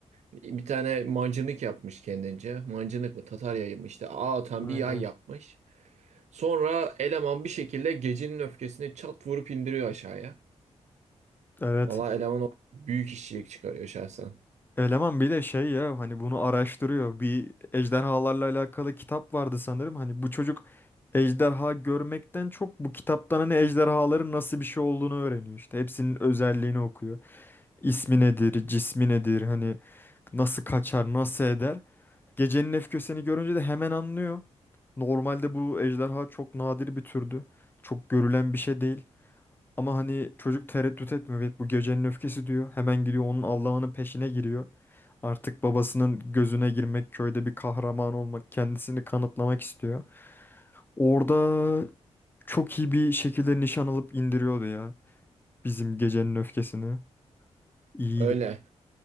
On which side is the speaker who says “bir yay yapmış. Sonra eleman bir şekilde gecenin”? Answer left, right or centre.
Right